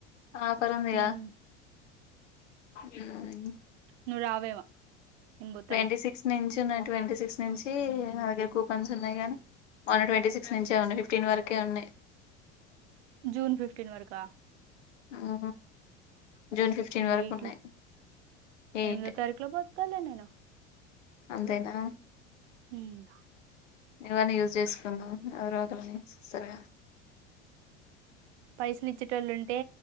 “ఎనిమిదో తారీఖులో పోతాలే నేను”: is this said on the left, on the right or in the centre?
Right